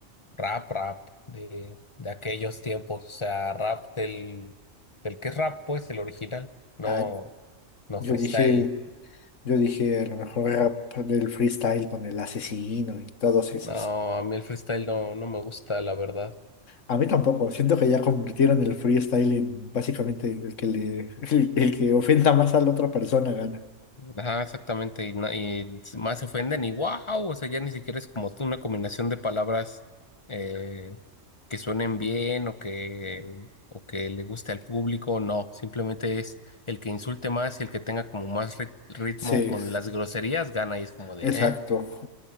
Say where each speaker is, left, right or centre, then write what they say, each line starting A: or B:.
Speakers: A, on the left; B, on the left.
A: Rap, rap de, de aquellos tiempos. O sea, rap del, del que es rap, pues, el original. No,
B: Ah,
A: no
B: yo
A: freestyle.
B: dije, yo dije a lo mejor rap del freestyle con el asesino y todos
A: No,
B: esos.
A: a mí el freestyle no, no me gusta, la verdad.
B: A mí tampoco. Siento que ya convirtieron el freestyle en básicamente el que le, <laughs> el, el que ofenda más a la otra persona gana.
A: Ajá, exactamente, y, na- y más se ofenden y wow, o sea, ya ni siquiera es como una combinación de palabras eh, que suenen bien o que, o que le guste al público, no, simplemente es el que insulte más y el que tenga como más ri- ritmo
B: Sí,
A: con las groserías gana y es como de,
B: exacto.
A: eh,